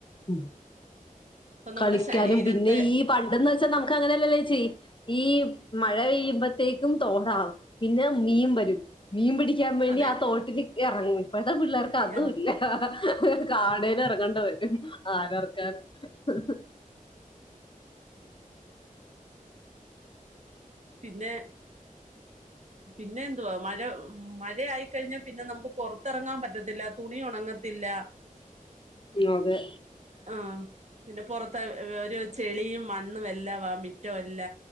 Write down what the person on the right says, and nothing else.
ഇപ്പൊ നമ്മുടെ
ശരീരത്തെ
അതെ
ഇറ
പിന്നെ പിന്നെ എന്തുവാ മഴ മഴ ആയിക്കഴിഞ്ഞാൽ പിന്നെ നമുക്ക് പുൊറത്തിറങ്ങാൻ പറ്റത്തില്ല തുണി ഉണങ്ങത്തില്ല
ആ പിന്നെ പൊറത്ത് ഒരു ചെളിയും മണ്ണും എല്ലാ വ മിറ്റവും എല്ല